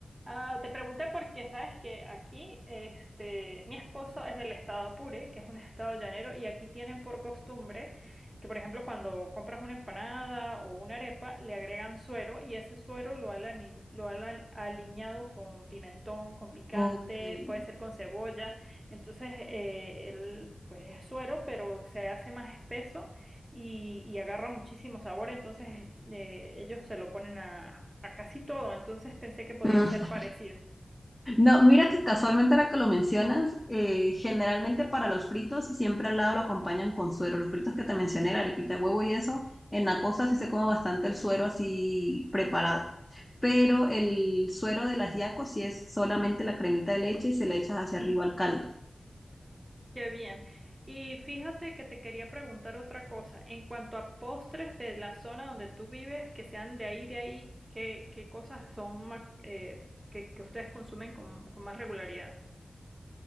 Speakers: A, on the right; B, on the left.
A: Ah, te pregunté porque sabes que aquí, este, mi esposo es del estado Apure, que es un estado llanero, y aquí tienen por costumbre que, por ejemplo, cuando compras una empanada o una arepa, le agregan suero y ese suero lo han, ani- lo han al- aliñado con pimentón, con picante,
B: Ok.
A: puede ser con cebolla. Entonces, eh, el, pues es suero, pero se hace más espeso y, y agarra muchísimo sabor, entonces eh, ellos se lo ponen a, a casi todo, entonces pensé que podía
B: Mm.
A: ser parecido.
B: No, mira que casualmente ahora que lo mencionas, eh, generalmente para los fritos siempre al lado lo acompañan con suero. Los fritos que te mencioné, la arepita de huevo y eso, en la costa sí se come bastante el suero así preparado. Pero el suero del ajiaco sí es solamente la cremita de leche y se le echas hacia arriba al caldo.
A: Qué bien. Y fíjate que te quería preguntar otra cosa, en cuanto a postres de la zona donde tú vives, que sean de ahí, de ahí, ¿qué, qué cosas son ma- eh, que, que ustedes consumen con, con más regularidad?